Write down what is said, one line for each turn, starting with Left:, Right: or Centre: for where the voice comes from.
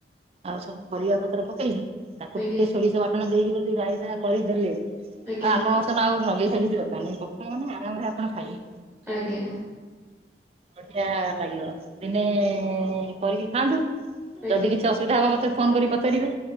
Right: ଆଉ ସବୁ ପରିବା ପତ୍ର ପକେଇକି, ତାକୁ
Centre: ଆଜ୍ଞା
Right: ଟିକେ ସୋରିଷ ବାଟ୍ ଣ ଦେଇକି ଯଦି ରାଇତା କରିଦେଲେ! ଆଉ
Centre: ଆଜ୍ଞା
Right: ଆପଣଙ୍କ ସ <unintelligible> ଆଉ ନଗେଇଖିଆ କିଛି ଦରକାର ନାହିଁ। ପଖାଳ ମାନେ ଆରାମରେ ଆପଣ ଖାଇବେ।
Centre: ଆଜ୍ଞା।
Right: ବଢିଆ ଲାଗିବ। ଦିନେ-ଏଁ କରିକି ଖାଆନ୍ତୁ।
Centre: ଆଜ୍ଞା
Right: ଯଦି କିଛି ଅସୁବିଧା ହବ, ମୋତେ ଫୋନ୍ କରି ପଚାରିବେ।